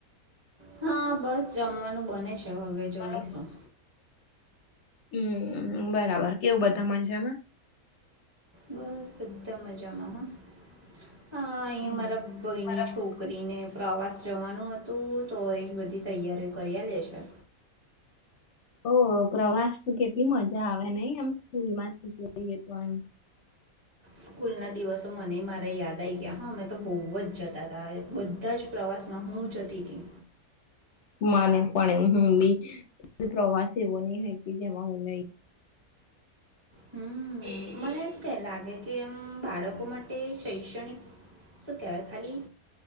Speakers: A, on the right (about 20°); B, on the left (about 65°).
A: હા બસ જમવાનું બને છે હવે જમીશું
B: પલો હમ બરાબર કેવું બધા મજામાં
A: બસ બધા મજામાં હ હા અહીંયા
B: હમ્મ
A: મારા ભયની
B: બરાબર.
A: છોકરી ને પ્રવાસ પાસ જવાનું હતું તો એ જ બધી તૈયારીઓ કર્યા લેશે
B: ઓ પ્રવાસ કેટલી મજા આવે નઈ એમ સ્કૂલમાંથી જઈએ તો એમ
A: સ્કૂલ ના દિવસો મને મારા યાદ આવી ગયા હા મેમે તો બહુ જ જતા હતાા બધા જ પ્ર કંપાસમાં હું જતી દઉં
B: માને પણ એ હું બી પ્રવાસ એવો નની હય કે જેમાં હું ન
A: હમ મને શું કે લાગે કે એમ બાળકો માટે શૈક્ષણિક શું કેવાય ખાલી